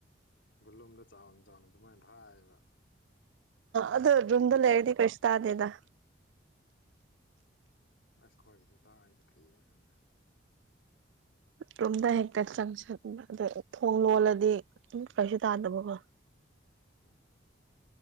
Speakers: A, on the left; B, on the right.
A: ꯕꯂꯣꯝꯗ ꯆꯥꯎꯅ ꯆꯥꯎꯅ ꯑꯗꯨꯃꯥꯏꯅ ꯊꯥꯏꯕ
B: ꯑꯗꯨꯗ ꯔꯝꯗꯂ ꯍꯗꯤ ꯀ ꯏꯁ ꯑꯗꯨꯗꯦꯗ
A: ꯑꯁ ꯈꯋꯥꯣꯏꯒꯤꯗꯤ ꯇꯥꯡ ꯇ ꯀ꯭ꯒ ꯈꯪꯗꯦ
B: ꯌꯨꯝꯗ ꯍꯦꯛꯇ ꯆꯪꯁꯟ ꯑꯗ ꯊꯣꯡ ꯂꯣꯜꯂꯗꯤ ꯀꯩꯁꯨ ꯇꯥꯗꯕꯀꯣ
A: ꯎꯝ